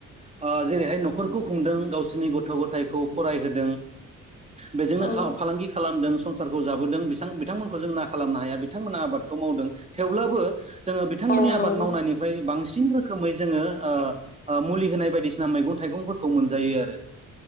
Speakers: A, on the right; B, on the left.
A: ओ जेरैहाय न'खरखौ खुंदों गावसिनि गथ' गथायखौ फरायहोदों। बेजोंनो
B: औ
A: फालांगि खालामदों सं संसारखौ जाबोदों बिथां बिथांमोनखौ जों ना खालामनो हाया बिथांमोना आबादखौ मावदों थेवब्लाबो जोङो बिथांमोननि
B: औ औ नंगौ
A: आबाद मावनायनिफ्राय बांसिन बांसिन रोखोमै जोङो ओ ओ मुलि होनाय बायदिसिना मैगं थाइगंफोरखौ मोनजायो आरो।